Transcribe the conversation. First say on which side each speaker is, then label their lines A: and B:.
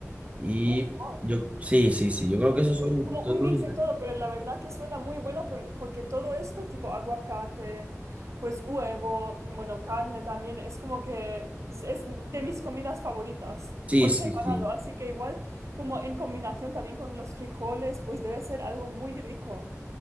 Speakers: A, on the right (about 25°); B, on the right (about 65°).
A: y
B: Uf, wow.
A: yo, sí, sí, sí, yo creo que esos son
B: Como
A: todos
B: un
A: los
B: mix
A: ingre-
B: de todo, pero la verdad que suena muy bueno por- porque todo esto, tipo aguacate, pues huevo, bueno, carne también, es como que es es de mis comidas favoritas
A: Sí,
B: por
A: sí,
B: separado,
A: sí.
B: así que igual como en combinación también con los frijoles, pues debe ser algo muy rico.